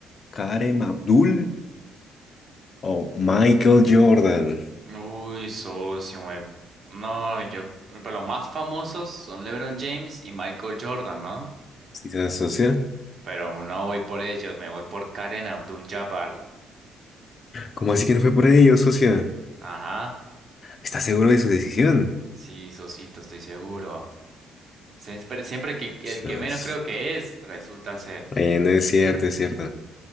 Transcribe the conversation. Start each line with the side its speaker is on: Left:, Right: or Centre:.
Left: Kareem Abdul o Michael Jordan?
Right: Uy, socio, güey. No, yo. Pero los más famosos son LeBron James y Michael Jordan, ¿no?
Left: ¿Sí se asocia?
Right: Pero no voy por ellos, me voy por Karen Abdul-Jabbar.
Left: ¿Cómo así que no fue por ello, socio?
Right: Ajá.
Left: ¿Está seguro de su decisión?
Right: Sí, socito, estoy seguro. Siempre, siempre que el
Left: Sos-
Right: que menos creo que es, resulta ser.
Left: Eh, no es cierto, es cierto.